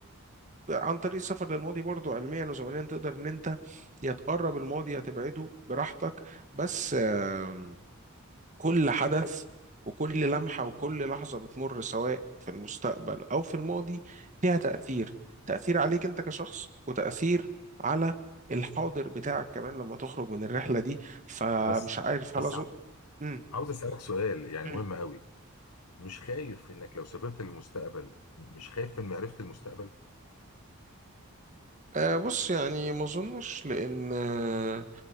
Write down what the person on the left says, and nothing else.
بس
بس
ع-
عاوز اسالك سؤال يعني
مهم قوي مش خايف انك لو سافرت للمستقبل مش خايف من معرفة المستقبل